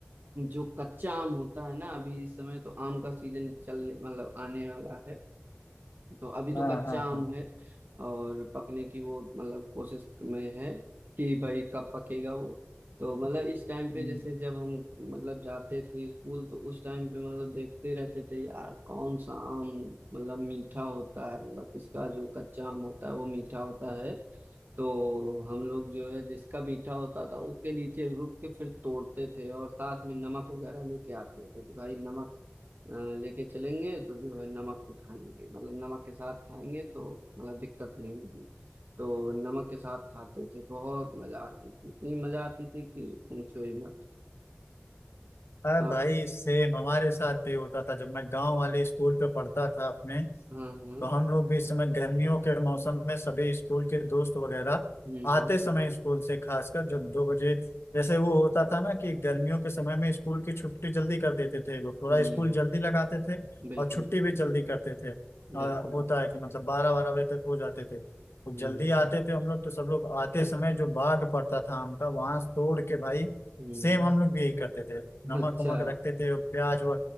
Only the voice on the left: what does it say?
हाँ
हाँ
हाँ
हम्म।
अरे
भाई सेम हमारे साथ भी होता था जब मैं गांव वाले स्कूल पे पढ़ता था अपने
तो हम लोग भी इस समय गर्मियों के मौसम में सभी स्कूल के दोस्त वगैरह
आते समय स्कूल से खासकर जब दो बजे जैसे वो होता था ना कि गर्मियों के समय में स्कूल की छुट्टी जल्दी कर देते थे लोग थोड़ा
स्कूल जल्दी लगाते थे
और छुट्टी भी जल्दी करते थे आ,
होता है कि मतलब बारह बारह बजे तक हो जाते थे तो
जल्दी आते थे हम लोग तो सब लोग आते समय जो बाग पड़ता था आम का वहां से तोड़ के भाई
सेम हम लोग भी यही करते थे नमक
वमक रखते थे और प्याज व